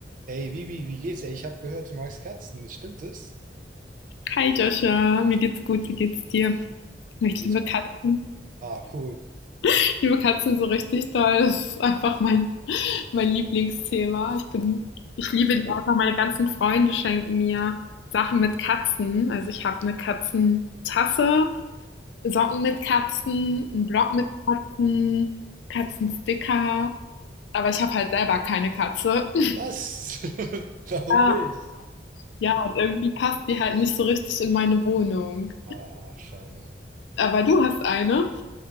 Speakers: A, on the right; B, on the left.
A: Ey, wie, wie, wie geht's? Ey, ich habe gehört, du magst Katzen. Das stimmt es?
B: Hi Joscha, mir geht's gut, wie geht's dir? Ich
A: Mir geht's
B: liebe
A: gut,
B: Katzen.
A: danke. Ah, cool.
B: Ich liebe Katzen so richtig doll. Das ist einfach mein, mein Lieblingsthema. Ich bin, ich liebe die einfach. Meine ganzen Freunde schenken mir Sachen mit Katzen. Also ich habe eine Katzentasse, Socken mit Katzen, einen Block mit Katzen, Katzensticker. Aber ich habe halt selber keine Katze. <laughs>
A: Was? <laughs> Warum
B: Ja,
A: nicht?
B: ja, und irgendwie passt die halt nicht so richtig in meine Wohnung.
A: Ah, schade.
B: Aber du hast eine?